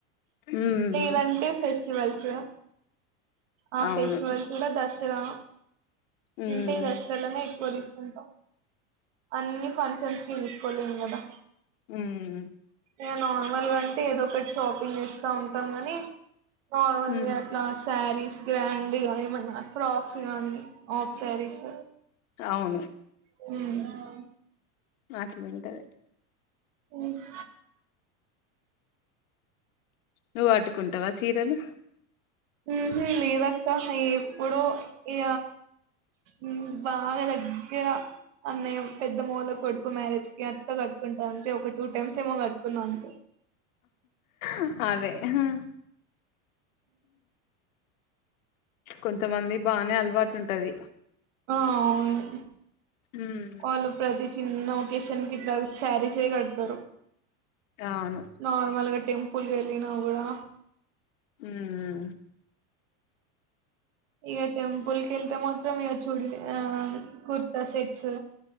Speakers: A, on the left; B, on the right.
A: ఉమ్
B: లేదంటే ఫెస్టివల్స్ ఆ
A: అవును
B: ఫెస్టివల్స్ కూడా దసరా
A: ఉమ్
B: ఇది దసరానే పస్తుంట <unintelligible> అన్ని ఫంక్షన్స్ పిలుసుకోలేం కదా
A: మ్
B: మ నార్మల్గా అంటే ఏదో ఒకటి షాపింగ్ చేస్తా ఉంటాం గానీ నార్మల్
A: ఉమ్
B: వి అట్లా సారీస్ గ్రాండ్ ఏమన్నా ఫ్రాక్స్ గానీ ఆఫ్ శారీస్
A: అవును
B: మ్
A: మాట వింటది
B: మ్
A: నువ్వ అట్టుకుంటావా చీరలు
B: మ్.. హుమ్.. లేదక్క ఎప్పుడో ఇ మ్.. బాగా తగ్ య అన్నయ పెద్దమ్మా వాళ్ళ కొడుకు మ్యారేజ్ కి అంత కట్టుకుంటా అంతే ఒక టూ టైమ్స్ ఏమో కట్టుకున్నా అంతే
A: మ్ అదే మ్ కొంతమంది బానే అలవాటు ఉంటది
B: ఆ.. అవును
A: ఉమ్
B: వాళ్ళు ప్రతి చిన్న ఒకేషన్ కి ఇట్లా శారీసే కడతారు
A: అవును
B: నార్మల్గా టెంపుల్ కి వెళ్ళి నా కూడా
A: ఊమ్
B: ఇక టెంపుల్ కెళ్తే మాత్రం ఇక చూడలె ఆ కుర్తా సెట్స్